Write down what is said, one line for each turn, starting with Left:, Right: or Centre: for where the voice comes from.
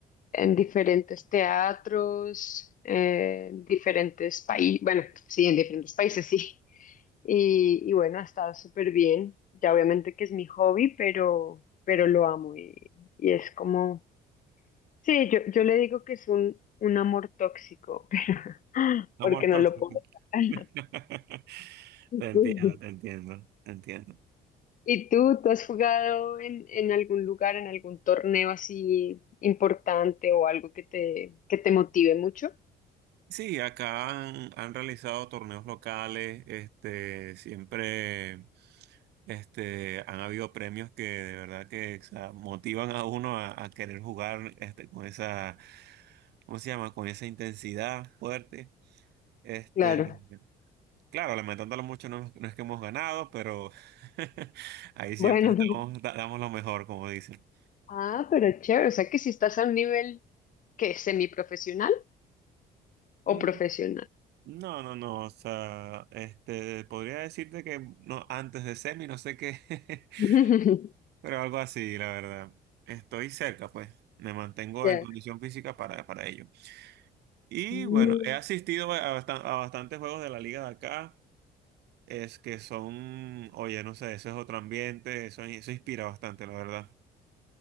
Left: en diferentes teatros, en diferentes países, bueno, sí, en diferentes países, sí. Y, y bueno, ha estado súper bien. Ya obviamente que es mi hobby, pero, pero lo amo y, y es como Sí, yo, yo le digo que es un, un amor tóxico, <laughs>
Right: No
Left: porque
Right: more
Left: no
Right: toxic.
Left: lo puedo sacar.
Right: <laughs>
Left: <laughs>
Right: Te entiendo, te entiendo, te entiendo.
Left: ¿Y tú, tú has jugado en, en algún lugar, en algún torneo así importante o algo que te, que te motive mucho?
Right: Sí, acá han, han realizado torneos locales, este, siempre, este, han habido premios que de verdad que, o sea, motivan a uno a, a querer jugar, este, con esa, ¿cómo se llama? Con esa intensidad fuerte. Este,
Left: Claro.
Right: Claro, lamentándolo mucho, no, no es que hemos ganado, pero <laughs> ahí siempre
Left: Bueno,
Right: estamos,
Left: pero-
Right: da- damos lo mejor, como dicen.
Left: ah, pero chévere, o sea que si estás a un nivel que semiprofesional
Right: Mm,
Left: o profesional.
Right: No, no, no, o sea, este, podría decirte que no, antes de semi, no sé qué, <laughs>
Left: <laughs>
Right: pero algo así, la verdad. Estoy cerca, pues, me mantengo
Left: Ya.
Right: en condición física para, para ello. Y
Left: Mm.
Right: bueno, he asistido a, bastan- a bastantes juegos de la liga de acá, es que son, oye, no sé, eso es otro ambiente, eso, eso inspira bastante, la verdad.